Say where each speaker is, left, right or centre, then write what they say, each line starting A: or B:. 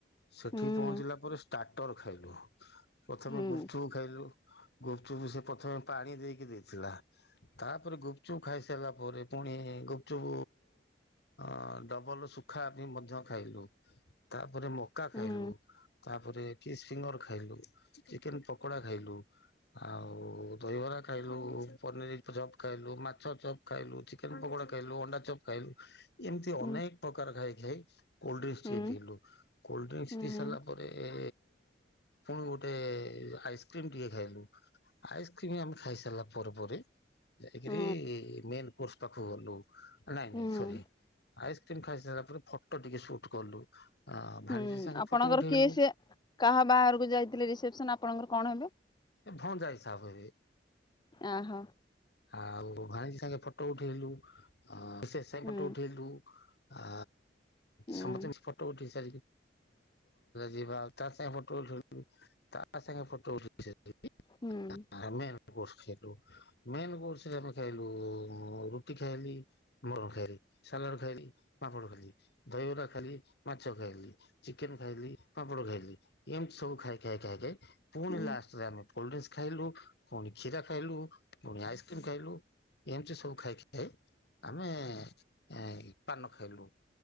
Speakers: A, on the left; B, on the left.
A: ସେଠି
B: ହୁଁ
A: ପହଞ୍ଚିଲା ପରେ ଷ୍ଟାର୍ଟର ଖାଇଲୁ ପ୍ରଥମେ
B: ହୁଁ
A: ଗୁପ ଚୁପ୍ ଖାଇଲୁ। ଗୁପଚୁପ୍ ସେ ପ୍ରଥମେ ପାଣି ଦେଇକି ଦିଏ। ଥିଲା ତାପରେ ଗୁପଚୁପ ଖାଇସାରିଲା ପରେ ପୁଣି ଗୁପଚୁପ ଅ ଡବଲ ଶୁଖା ବି ମଧ୍ୟ ଖାଇଲୁ ତା ତାପରେ ମକା
B: ହୁଁ
A: ଖାଇଲୁ ତାପରେ କିସ୍ ଫିଙ୍ଗର ଖାଇଲୁ। ଚିକେନ ପକୋଡା ଖାଇଲୁ ଆଉ ଦହିବରା ଖାଇଲୁ। ଖାଇଲୁ ପନିର ଚପ୍ ଖାଇଲୁ, ମାଛ ଚପ୍ ଖାଇଲୁ, ଚିକେନ ପକୋଡା ଖାଇଲୁ, ଅଣ୍ଡା ଚପ୍ ଖାଇଲୁ। ଏମିତି
B: ହୁଁ
A: ଅନେକ ପ୍ରକାର ଖାଇ ଖାଇ କୋଲଡ୍ରିଙ୍କସ ଟିକେ
B: ହୁଁ
A: ପିଇଲୁ କୋଲଡ୍ରିଙ୍କସ
B: ହୁଁ
A: ପିଇ ସାରିଲା ପରେ ଏଁ ପୁଣି ଗୋଟେ ଆଇସ୍କ୍ରିମ ଟିକେ ଖାଇଲୁ ଆଇସ୍କ୍ରିମ ଆମ ସାରିଲା ପରେ ପରେ ଯାଇକରି
B: ହୁଁ
A: ମେନ୍ କୋର୍ସ ପାଖକୁ ଗଲୁ। ନାଇଁ
B: ହୁଁ
A: ନାଇଁ ସରି ଆଇସ୍କ୍ରିମ ଖାଇସାରିଲା ପରେ ଫଟୋ ଟିକେ ସୁଟ କଲୁ। ଆ
B: ହୁଁ
A: ଭାଣିଜୀ ସାଙ୍ଗେ
B: ଆପଣଙ୍କର
A: ଫଟୋ ଉଠେଇଲୁ
B: କିଏ ସେ କାହା ବାହାରକୁ ଯାଇଥିଲେ ରିସେପସନ ଆପଣଙ୍କର କଣ ହେବେ।
A: ଭଣଜା ହିସାବ ହେବେ।
B: ଆ ହଁ।
A: ଆଉ ଭଣଜୀ ସାଙ୍ଗେ ଫଟୋ ଉଠେଇଲୁ ବିଶେଷ ସାଙ୍ଗେ
B: ହୁଁ
A: ଫଟୋ ଉଠେଇଲୁ ଆ। ଆ
B: ହୁଁ
A: ସମସ୍ତ ମିଶି ଫଟୋ ଉଠେଇଲୁ। <inaudible> ସେ ଯିବା ଆଉ ତା ସାଙ୍ଗେ ଫଟୋ ଉଠେଇ ତା ସାଙ୍ଗେ ଫଟୋ ଉଠେଇ <inaudible>
B: ହୁଁ
A: ଆମେ ବସିଥିଲୁ। ମେ କୋରସ ରେ ଆମେ ଖାଇଲୁ ରୁଟି ଖାଇଲି ମର ଖାଇଲି ସାଲାଟ ଖାଇଲି। ପାପଡ଼ ଖାଇଲି ଦହି ଖାଇଲି ମାଛ ଖାଇଲି ଚିକେନ ଖାଇଲି ପାପଡ଼ ଖାଇଲି ଏମତି ସବୁ। ସବୁ ଖାଇ ଖାଇ ଖାଇକ ପୁଣି
B: ହୁଁ
A: ଲାଷ୍ଟରେ ଆମେ କୋଲଡ ଡ୍ରିଙ୍କସ ଖାଇଲୁ ପୁଣି କ୍ଷୀର ଖାଇଲୁ। ପୁଣି ଆଇସ୍କ୍ରିମ ଖାଇଲୁ ଏମିତି ସବୁ ଖାଇକି ଖାଇ ଆମେ ଏ ପାନ ଖାଇଲୁ।